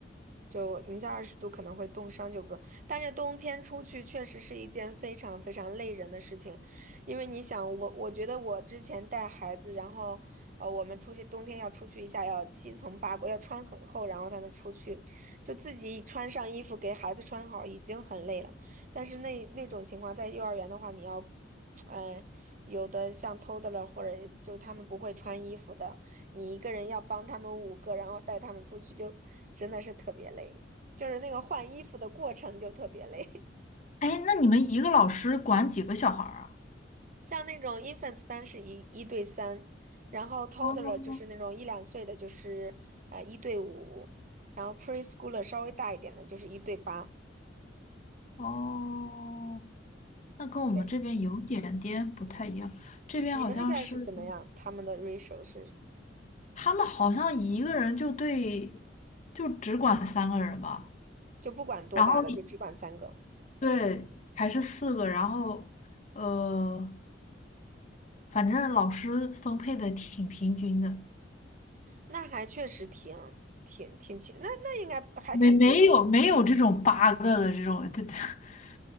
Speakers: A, on the right (about 45°); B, on the left (about 40°).
A: 就零下二十度可能会冻伤，就不用。但是冬天出去确实是一件非常非常累人的事情，因为你想，我我觉得我之前带孩子，然后呃，我们出去冬天要出去一下，要七层八裹，要穿很厚，然后才能出去，就自己穿上衣服给孩子穿好已经很累了。但是那那种情况，在幼儿园的话，你要，<tsk> 嗯、有的像偷的了，或者就他们不会穿衣服的。你一个人要帮他们五个，然后带他们出去，就真的是特别累，就是那个换衣服的过程就特别累。
B: 哎，那你们一个老师管几个小孩儿啊？
A: <laughs> 像那种 infants 班是一一对三，然后 toddler
B: 哦
A: 就是那种一两岁的，就是呃一对五，然后 preschooler 稍微大一点的，就是一对八。
B: 哦，那跟我们这边有点点不太一样，
A: 对，
B: 这边好像是，
A: 你们那边是怎么样？他们的 ratio 是
B: 他们好像一个人就对，就只管三个人吧，
A: 就不管多大的，
B: 然后一
A: 就只管三个，
B: 对还是四个，然后呃，反正老师分配的挺平均的，
A: 那还确实挺挺挺轻，那那应该还挺轻松的。
B: 没没有没有这种八个的这种，这这 <laughs>